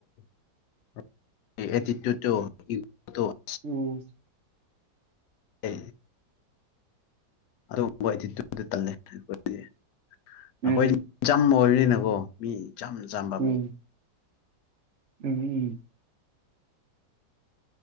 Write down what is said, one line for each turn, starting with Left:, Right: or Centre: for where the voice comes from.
Left: <unintelligible>
Right: ꯎꯝ
Left: ꯎ ꯑꯗꯨꯒꯕꯂꯦ ꯑꯩꯈꯣꯏꯆꯝ
Right: ꯎꯝ
Left: ꯑꯣꯏꯔꯤ ꯅꯉꯣ ꯃꯤ ꯆ ꯆꯕ
Right: ꯎꯝ ꯎꯝ ꯎꯝ